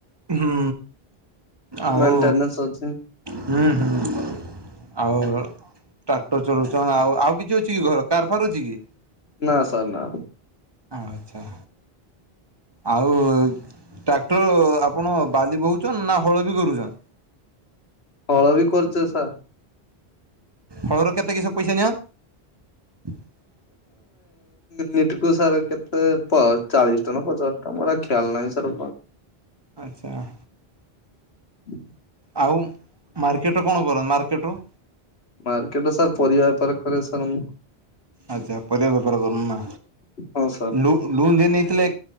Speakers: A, on the right (about 25°); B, on the left (about 75°).
A: ହୁ ଆଉ
B: ମେଣ୍ଟେନାନ୍ସ ଅଛି
A: ହୁଁ ହୁଁ। ଆଉ ଟ୍ରାକ୍ଟର ଚଳଉଛନ୍ ଆଉ ଆଉ କିଛି ଅଛି କି ଘର କାର ଫାର ଅଛି କି?
B: ନା ସାର୍ ନା।
A: ଆଚ୍ଛା। ଆଉ ଟ୍ରାକ୍ଟର ଆପଣ ବାଲି ବୋହୁଛନ ନା ହଳ ବି କରୁଛନ୍?
B: ହଳ ବି କରୁଛେ ସାର୍।
A: ହଳରୁ କେତେ କିସ ପଇସା ନିଅ? <inaudible>
B: ନିଟ୍ କୁ ସାର୍ କେତେ ପ ଚାଳିଶ ଟଙ୍କ ନା ପଚାଶ ଟଙ୍କା ମୋର ଖିଆଲ ନାହିଁ ସାର୍
A: ଆଚ୍ଛା।
B: ହୁଁ।
A: ଆଉ ମାର୍କେଟରେ କଣ କର ମାର୍କେଟ ରୁ?
B: ମାର୍କେଟ ସାର୍ ପରିବା ବେପାର କରେ ସାର୍ ମୁଁ।
A: ଆଚ୍ଛା ପରିବା ବେପାର କର ନା
B: ହଁ ସାର୍
A: ଲୁ ଲୋନ୍ ଯେଏ ନେଇଥିଲେ